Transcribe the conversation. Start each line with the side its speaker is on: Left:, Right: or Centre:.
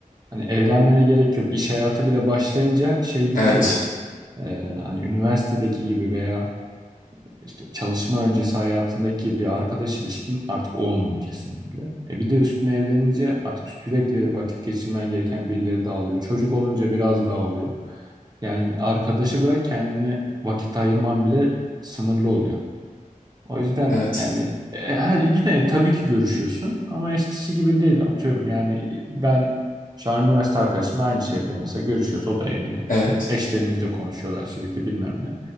Right: hani evlenmene gerek yok. İş hayatı bile başlayınca şey bitiyor.
Left: Evet,
Right: Ee, hani üniversitedeki gibi veya işte çalışma öncesi hayatındaki bir arkadaş ilişkin artık olmuyor kesinlikle. E bir de üstüne evlenince artık sürekli vakit geçirmen gereken birileri de alıyor. Çocuk olunca biraz daha oluyor. Yani arkadaşı bırak kendine vakit ayırman bile sınırlı oluyor. O yüzden
Left: evet,
Right: yani e, her yine tabii ki görüşüyorsun ama eskisi gibi değil atıyorum. Yani ben şu an üniversite arkadaşımla aynı şehirde mesela görüşüyoruz. O da evli.
Left: evet,
Right: Hani eşlerimizle konuşuyorlar sürekli bilmem ne.